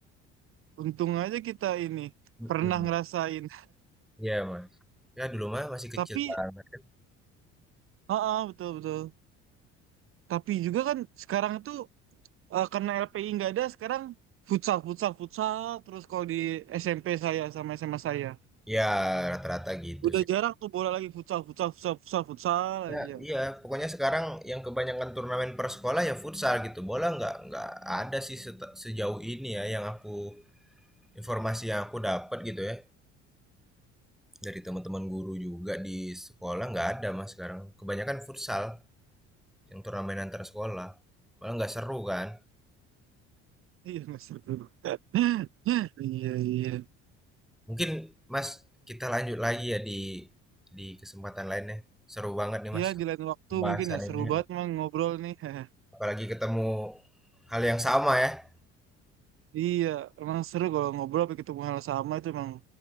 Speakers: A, on the right (about 40°); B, in the centre.
A: untung aja kita ini
B: Mhm,
A: pernah ngerasain.
B: iya Mas. Ya dulu mah masih kecil
A: Tapi
B: banget kan.
A: heeh betul betul. Tapi juga kan sekarang itu eh, karena LPI nggak ada sekarang futsal futsal futsal terus kalau di SMP saya sama SMA saya
B: Ya rata-rata gitu
A: udah
B: sih.
A: jarang tuh bola lagi futsal futsal futsal futsal futsal
B: Ya
A: aja.
B: iya, pokoknya sekarang yang kebanyakan turnamen per sekolah ya futsal gitu, bola nggak nggak ada sih sete sejauh ini ya yang aku informasi yang aku dapat gitu ya. Dari teman-teman guru juga di sekolah nggak ada Mas sekarang. Kebanyakan futsal yang turnamen antar sekolah. Malah nggak seru kan.
A: Iya nggak seru. <laughs> Iya iya.
B: Mungkin Mas kita lanjut lagi ya di di kesempatan lainnya. Seru banget nih
A: Iya
B: Mas
A: di lain waktu
B: pembahasan
A: mungkin ya seru
B: ini.
A: banget emang ngobrol nih. <laughs>
B: Apalagi ketemu hal yang sama ya.
A: Iya emang seru kalau ngobrol pakai ketemu hal sama itu emang